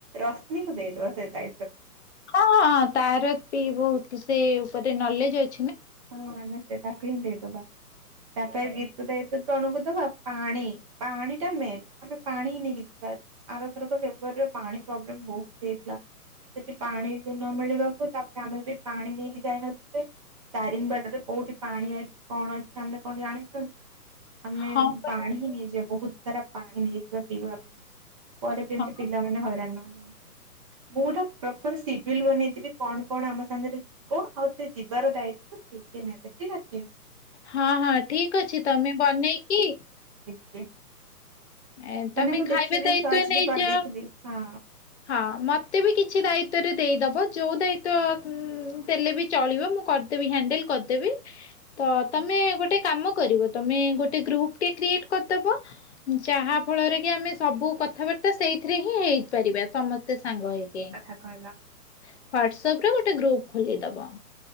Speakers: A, on the right; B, on the left.
A: ରଶ୍ମିକୁ ଦେଇଦବା। ସେ ଗା
B: ହଁ ହଁ ହଁ ତାର ପି ବହୁତ ସେ ନଲେଜ ଅଛ
A: ହଁ ଆମେ ସେଟାକୁ ହିଁ ଦେଇଦବା ତାପରେ ଗୀତ ଦେଇ ଜଣକୁ ଦବା ପାଣି ପାଣି ଟା ମେନ୍ ଆମେ ପାଣି ନେଇକି ଯିବା ଆରଥରକ ଫେବୃଆରୀରେ ପାଣି ପ୍ରୋବ୍ଲେମ ବହୁତ ହେଇଥିଲା। ସେଠି ପାଣି ବି ନ ମିଳିବାକୁ ତାପରେ ଆମେ ବି ପାଣି ନେଇକି ଯାଇନଥିଲେ। ଦାରିଙ୍ଗବାଡି ରେ କୋଉଠି ପାଣି ଅଛି କଣ ଅଛି ଆମେ କଣ ଜାଣିଛନ୍ତି। ଆମେ
B: ହଁ ପା
A: ପାଣି ହି ନେଇଯିବା ବହୁତ। ସାରା ପାଣି ନେଇଯିବା ପିଇବା ପାଇଁ। ପରେ ଯେମ୍ତି
B: ହଁ।
A: ପିଲାମାନୋନ ହଇରାଣ ନ ହୁଅନ୍ତୁ। ମୋର ପ୍ରପର ସି ବିଲ୍ ବନେଇଥିବି କଣ କଣ ଆମ ସାଙ୍ଗରେ ଯିବ ଆଉ ସେ ଯିବାର ଦାୟି ଠିକ କି ନାଇଁ ଏବେ ଠିକ୍ ଅଛି।
B: ହଁ ହଁ ଠିକ ଅଛି ତମେ ବନେଇକି
A: ଦି
B: ଏ ତମେ
A: ମାନେ ମୁଁ
B: ଖାଇବା
A: ଦେଖିବି
B: ଦାୟିତ୍ଵ
A: ସର୍ଚ୍ଚ
B: ନେଇଯାଅ।
A: ବି କରିଦେଇଥିବି ହଁ।
B: ହଁ ମୋତେ ବି କିଛି ଦାୟିତ୍ୱରେ ଦେଇଦେବ ଯେଉଁ ଦାୟିତ୍ୱ ଦେଲେ ବି ଚଳିବ ମୁଁ କରିଦେବି ହ୍ୟାଣ୍ଡେଲ କରିଦେବି। ତ
A: ହଁ ହଁ
B: ତମେ ଗୋଟେ କାମ କରିବ ତମେ ଗୋଟେ ଗ୍ରୁପ ଟି କ୍ରିଏଟ କରିଦବ ଯାହା ଫଳରେ କି ଆମେ ସବୁ କଥାବାର୍ତ୍ତା ସେଇଥିରେ ହିଁ ହେଇପାରିବା। ସମସ୍ତେ ସାଙ୍ଗ ହେଇକି
A: ଠିକ କଥା କହିଲ
B: <inaudible> ୱାଟସ୍ ତା ପରେ ଗୋଟେ ଗ୍ରୁପ ଖୋଲିଦବ।